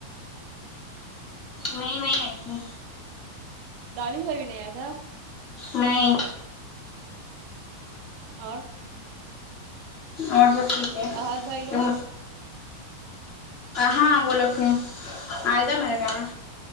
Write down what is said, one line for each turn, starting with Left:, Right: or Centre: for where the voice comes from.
Left: نہیں نہیں آئی تھی
Right: دانش بھائی بھی نہیں آیا تھا
Left: <inaudible> نہیں
Right: اور
Left: اور سب ٹھیک
Right: احد
Left: ہے
Right: بھائی لوگ
Left: تم ہاں وہ لوگ ہیں آئزہ میرے کہاں